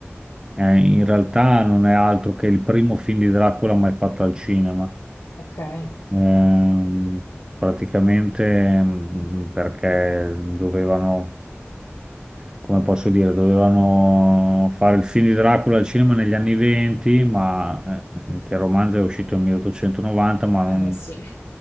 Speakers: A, on the right; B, on the left.
A: è- in realtà non è altro che il primo film di Dracula mai fatto al cinema.
B: Ok. Eh
A: Ehm, praticamente mm, perché dovevano, come posso dire, dovevano fare il film di Dracula al cinema negli anni 20, ma eh, che il romanzo è uscito nel 1890, ma non
B: beh, sì.